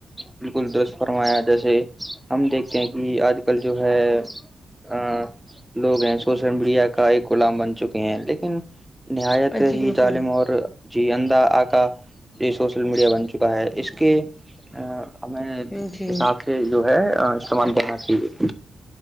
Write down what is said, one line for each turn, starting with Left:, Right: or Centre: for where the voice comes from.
Centre: بالکل درست فرمایا جیسے ہم دیکھتے ہیں کہ آج کل جو ہے آ لوگ ہیں سوشل میڈیا کا ایک غلام بن چکے ہیں لیکن نہایت
Left: جی
Centre: ہی
Left: بالکل
Centre: ظالم اور جیدا آ کا یہ سوشل میڈیا بن چکا ہے اس کے ہمیں
Left: جی
Centre: حساب ک جو ہے استعمال کرنا چاہیے